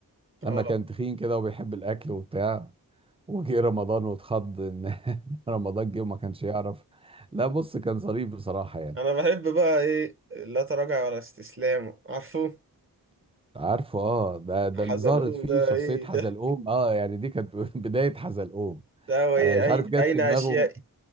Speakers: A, on the right (about 35°); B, on the right (about 15°).
A: اه
B: لما كان تخين كده وبيحب الاكل وبتاع وجه رمضان واتخض ان <laughs> رمضان جه وما كانش يعرف لا بص كان ظريف بصراحة يعني
A: انا بحب بقى ايه لا تراجع ولا استسلام عارفه
B: عارفه اه ده ده اللي
A: حزلقوم
B: ظهرت فيه
A: ده
B: شخصية
A: ايه
B: حزلقوم
A: ده
B: اه يعني دي كانت <laughs> بداية حزلقوم
A: ده هو ايه
B: انا مش عارف
A: أي-
B: جت
A: اين
B: في دماغه
A: اشياء